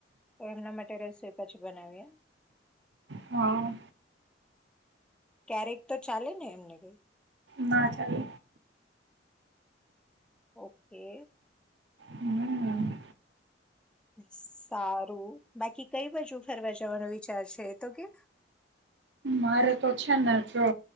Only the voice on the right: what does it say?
હા
ના ચાલે.
હમ્મ.
મારે તો છેને જો